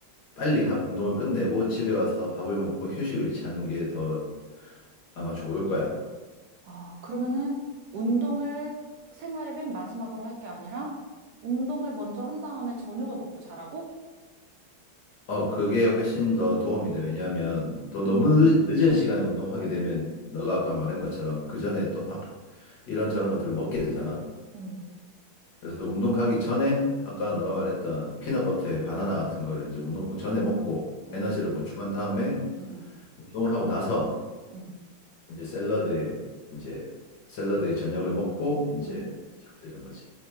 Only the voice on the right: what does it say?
아, 그러면은 운동을 생활의 맨 마지막으로 할 게 아니라 운동을 먼저 한 다음에 저녁을 먹고 자라고?
응,
응,
어,
응, 응,
응,
응.